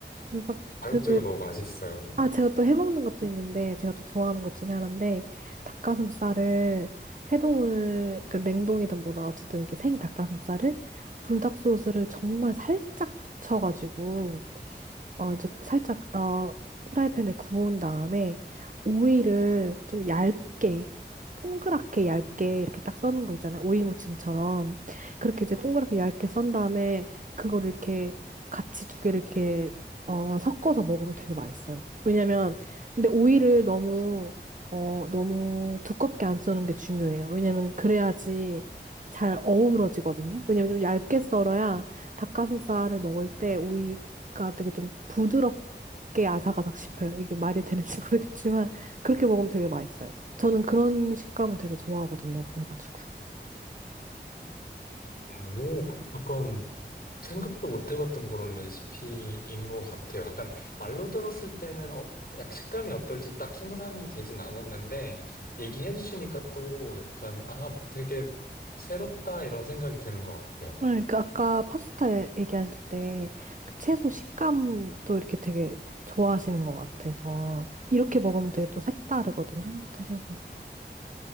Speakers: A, on the right; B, on the left.
A: 불닭,
B: 자극적으로
A: 그,
B: 너무 맛있어요.
A: 아, 제가 또 해먹는 것도 있는데, 제가 또 좋아하는 것 중에 하나인데, 닭가슴살을 해동을, 그 냉동이든 뭐든 어쨌든 이렇게 생 닭가슴살을 불닭 소스를 정말 살짝 묻혀가지고, 어, 이제 살짝, 어, 후라이팬에 구운 다음에 오이를 좀 얇게, 동그랗게 얇게 이렇게 딱 써는 거 있잖아요. 오이 무침처럼. 그렇게 이제 동그랗게 얇게 썬 다음에 그걸 이렇게 같이 두 개를 이렇게, 어, 섞어서 먹으면 되게 맛있어요. 왜냐면, 근데 오이를 너무, 어, 너무 두껍게 안 써는 게 중요해요. 왜냐면 그래야지 잘 어우러지거든요. 왜냐면 좀 얇게 썰어야 닭가슴살을 먹을 때 오이 가 되게 좀 부드럽게 아삭아삭 씹혀요. 이게 말이 되는지 <laughs> 모르겠지만 그렇게 먹으면 되게 맛있어요. 저는 그런 식감을 되게 좋아하거든요. 그래가지고.
B: 음, 오, 약간 생각도 못 해봤던 그런 레시피인 것 같아요. 약간 말로 들었을 때는 어, 약 식감이 어떨지 딱 생각이 되진 않았는데 얘기해 주시니까 또 약간 아 되게 새롭다 이런 생각이 드는 것 같아요.
A: 네, 그 아까 파스타 얘기하실 때 그 채소 식감도 이렇게 되게 좋아하시는 것 같아서 이렇게 먹으면 되게 또 색다르거든요. 한번 드셔보세요.